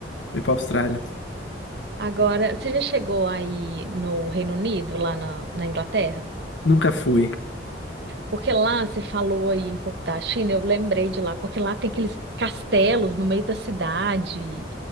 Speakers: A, on the left; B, on the right.
A: ir pra Austrália.
B: Agora, você já chegou aí no Reino Unido, lá na, na Inglaterra?
A: Nunca fui.
B: Porque lá você falou aí um pouco da China, eu lembrei de lá, porque lá tem aqueles castelos no meio da cidade,